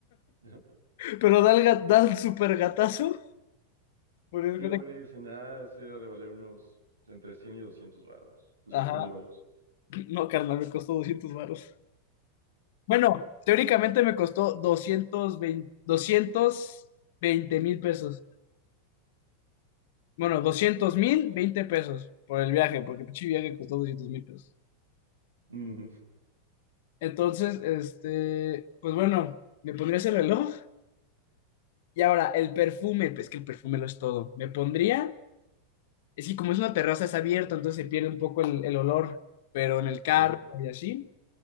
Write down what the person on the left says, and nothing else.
Pero da el, ga- da el super gatazo. porque haz de
cuenta
que-
Ajá.
No, carnal, me costó 200 varos. Bueno, teóricamente me costó doscientos veinte, doscientos veinte mil pesos. Bueno, doscientos mil, 20 pesos por el viaje, porque el pinche viaje costó doscientos mil pesos.
Entonces, este, pues bueno, me pondría ese reloj. Y ahora, el perfume, pues que el perfume lo es todo. Me pondría, es que como es una terraza, es abierta, entonces se pierde un poco el, el olor, pero en el carro
y así.